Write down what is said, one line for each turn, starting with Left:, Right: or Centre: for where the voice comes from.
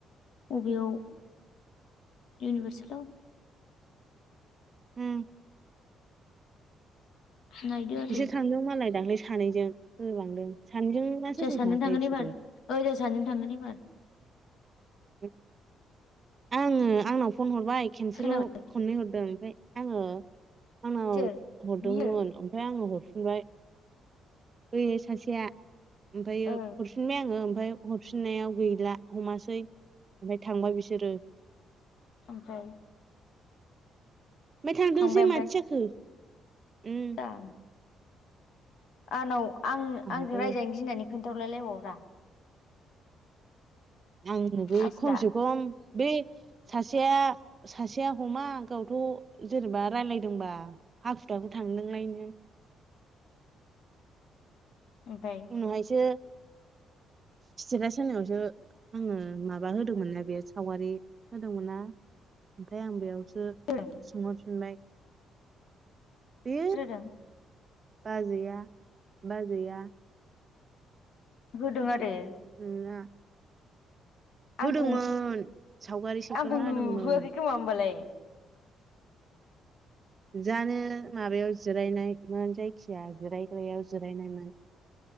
Left: बबेयाव इउनिभारसेलाव?
Right: ओम
Left: नायदो आरो
Right: बिसोर थांदों मालाय दाख्लै सानैजों होलांदों सानैजों ना
Left: जोंहा
Right: सोर सोर
Left: सानैजों
Right: थाङाथाय
Left: थांगोन
Right: बिसोरो?
Left: एबार ओ जोंहा सानैजों थांगोन एबार
Right: <inaudible> आङो आंनाव फन हरबाय खनसेल'
Left: खोनाबाय
Right: खननै हरदों ओमफ्राय आङो आंनाव
Left: सोर
Right: हरदोंमोन
Left: बियो
Right: ओमफ्राय आङो हर फिनबाय बैयो सासेया ओमफायो
Left: ओ
Right: हरफिनबाय आङो ओमफाय हरफिननायाव गैला हमासै ओमफाय थांबाय बिसोरो
Left: ओमफ्राय
Right: ओनफाय थांथोंसै
Left: थांबाय ओमफ्राय
Right: माथो जाखो उम
Left: जानो आंनाव आं
Right: आंहाबो
Left: आंजों रायजानो गिनानै खोन्थाहरलाय लायबावाब्रा
Right: आंनोबो
Left: आसोला
Right: खमसे खम बे सासेया सासे सेया हमा गावथ' जेनेबा रायज्लायदोंबा हाखु दाखु थांदोंलायनो।
Left: <inaudible> ओमफ्राय
Right: उनावहायसो सितेतास होनायावसो आङो माबा होदोंमोन ना बेयाव सावगारि होदोंमोनना ओमफ्राय आं बेयाव सो
Left: होदों
Right: सोंहरफिनबाय बे
Left: सोर होदों
Right: बाजैया बाजैया
Left: होदों आरो
Right: उम ना होदोंमोन
Left: आंखौ
Right: सावगारि सेखना
Left: आंखौ नुहोआखै
Right: होदोंमोन
Left: खोमा होमबालाय
Right: जानो माबायाव जिरायनायमोन जायखिया जिरायग्रायाव जिरायनायमोन